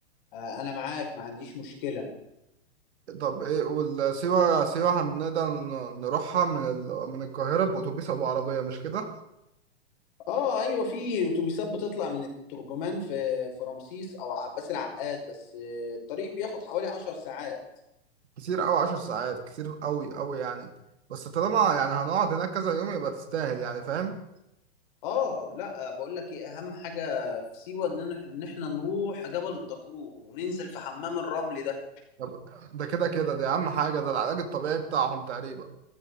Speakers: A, on the left; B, on the right.
A: آه، انا معاك ما عنديش مشكله
B: طب ايه والسيوة سيوة هنقدر ن- نروحها من ال... من القاهرة بأتوبيس او بعربية مش كده
A: اه ايوه في اتوبيسات بتطلع من الترجمان في في رمسيس او عباس العقاد بس آه، الطريق بياخد حوالي عشر ساعات
B: كتير قوي عشر ساعات كتير قوي قوي يعني بس طالما يعني هنقعد هناك كذا يوم يبقى تستاهل يعني فاهم
A: اه لا بقول لك ايه اهم حاجه في سيوه ان إح- ان احنا نروح جبل الدكرور وننزل في حمام الرمل ده
B: طب ده كده كده دي اهم حاجة ده العلاج الطبيعي بتاعهم تقريبا